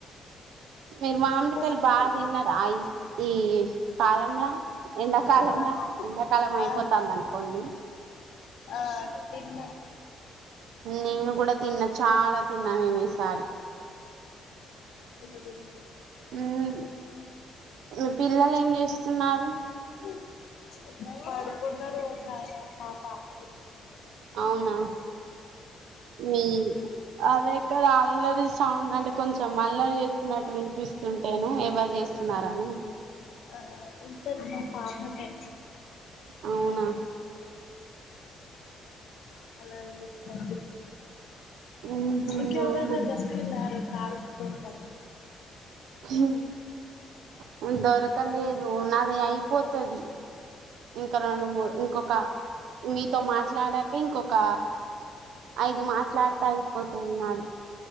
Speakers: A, on the right (about 80°); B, on the left (about 75°).
A: మీరు మామిడికాయలు
B: ఇంటికి
A: బాగా తిన్నార ఆహ్ ఈ. కాలంలా ఎండకాలంలా
B: ఆ
A: ఎండకాలం అయిపోతుంది అనుకోండి.
B: ఆహ్ తిన్నాం.
A: నేను కూడా తిన్నా చాలా తిన్నా నేను ఈసారి.
B: నేను కూడా తిన్న.
A: ఉమ్ మీ పిల్లలు ఏం చేస్తున్నారు
B: ఉమ్. పాడుకున్నరు ఒక ఆయన పాప ఆడుకుంటుంది.
A: అవునా మీ అదేక్కడ అల్లరి. అవున అంటే కొంచెం అల్లరి చేస్తున్నట్టు వినిపిస్తుంటేను ఎవరు చేస్తున్నారని.
B: ఆహ్. ఇంకెవరు మా పాపనే.
A: అవునా.
B: అలా చేస్తా.
A: ఉహు
B: ఇంకేవరైనా
A: అవును
B: దసుర్కిల్రే కాల్స్కోసం.
A: ఉమ్. దొరకలేదు నాది అయిపోతది ఇంకా రెండు మూడు ఇంకొక. మీతో మాట్లాడాక ఇంకొక. ఐదు మాట్లాడితే అయిపోతది నాది